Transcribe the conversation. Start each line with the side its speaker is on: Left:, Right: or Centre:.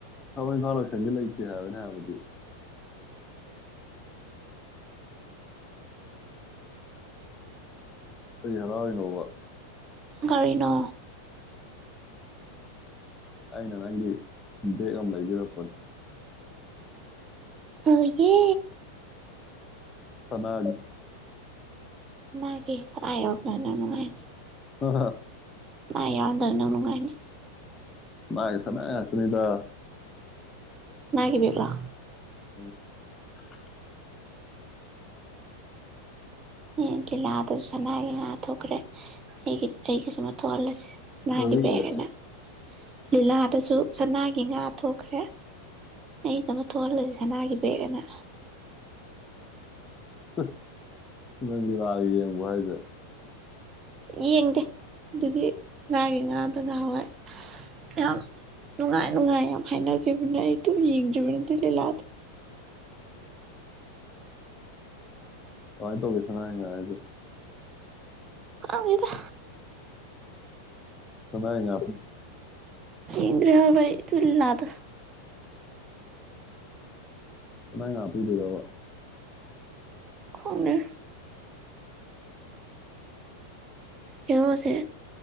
Left: ꯊꯕꯛ ꯏꯪꯈꯥꯜ ꯂꯣꯏꯁꯪꯗꯤ ꯂꯩꯇꯦ ꯍꯥꯏꯕ ꯑꯩꯅꯥ ꯍꯥꯏꯕꯗꯤ ꯑꯩ ꯍꯔꯥꯎꯔꯤꯅꯣ ꯕꯥ
Right: ꯀꯔꯤꯅꯣ
Left: ꯑꯩꯅ ꯅꯪꯒꯤ ꯕꯦꯛ ꯑꯃ ꯂꯩꯕꯤꯔꯛꯄꯅꯤ
Right: ꯑꯩꯒꯤ
Left: ꯁꯅꯥ
Right: ꯁꯅꯥꯒꯤ ꯀꯩ ꯁꯅꯥ ꯍꯦꯛ ꯌꯥꯎꯔꯛꯇꯕꯗꯥ ꯅꯪ ꯅꯨꯡꯉꯥꯏꯅꯤ
Left: ꯍ ꯍ
Right: ꯁꯅꯥ ꯌꯥꯎꯔꯃꯗꯕꯗꯥ ꯅꯨꯡꯉꯥꯏꯅꯤ
Left: ꯁꯅꯥꯒꯤ ꯁꯅꯥ ꯉꯥꯛꯇꯥ ꯅꯤꯗ
Right: ꯁꯅꯥꯒꯤ ꯕꯦꯛ ꯂꯣ
Left: <unintelligible>
Right: ꯑꯦ ꯀꯤꯂꯥ ꯑꯗꯨꯁꯨ ꯁꯅꯥꯒꯤ ꯉꯥ ꯊꯣꯛꯈ꯭ꯔꯦ ꯑꯩꯒꯤ ꯑꯩꯒꯤꯁꯨꯃ ꯊꯣꯛꯍꯜꯂꯁꯤ ꯁꯅꯥꯒꯤ
Left: ꯅꯪꯒꯤꯁꯦ
Right: ꯕꯦꯒ ꯍꯥꯏꯅ ꯂꯤꯂꯥꯗꯁꯨ ꯁꯅꯥꯒꯤ ꯉꯥ ꯊꯣꯛꯈ꯭ꯔꯦ ꯑꯩ ꯆꯃ ꯊꯣꯛꯍꯜꯂꯁꯤ ꯁꯅꯥꯒꯤ ꯕꯦꯒ ꯑꯅ
Left: ꯎ ꯁꯅꯒꯤ ꯂꯑꯦ <inaudible> ꯍꯥꯏꯒ
Right: ꯌꯦꯡꯗꯦ ꯑꯗꯨꯒꯤ ꯁꯅꯥꯒꯤ ꯉꯥꯗꯣ ꯉꯥꯋꯥꯏ ꯌꯥꯝ ꯅꯨꯡꯉꯥꯏ ꯅꯨꯡꯉꯥꯏ ꯌꯥꯝ ꯍꯥꯏꯅꯒꯤꯕꯅꯦ ꯀꯦꯕꯅꯦ ꯑꯩ ꯑꯗꯨꯝ ꯌꯦꯡꯁꯤ ꯖꯤꯟꯗꯤ ꯂꯤꯂꯥ ꯗꯣ
Left: ꯀꯃꯥꯏ ꯇꯧ ꯕꯥ ꯁꯅꯥꯒꯤ ꯉꯥ ꯍꯥꯏꯖꯦ
Right: ꯀꯡꯗꯦꯗꯥ
Left: ꯁꯅꯥꯏꯒꯤ ꯉꯥ
Right: ꯏꯒ꯭ꯔꯍꯕ ꯇꯅꯥꯗ
Left: ꯉ ꯑꯄꯤꯗꯤ ꯔꯕ
Right: ꯈꯡꯗꯦ ꯍꯦꯔꯣ ꯁꯦ